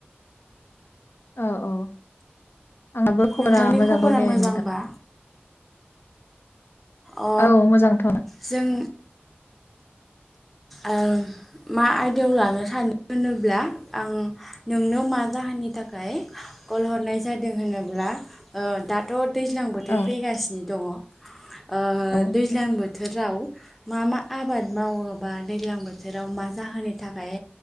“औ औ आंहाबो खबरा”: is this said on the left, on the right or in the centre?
Left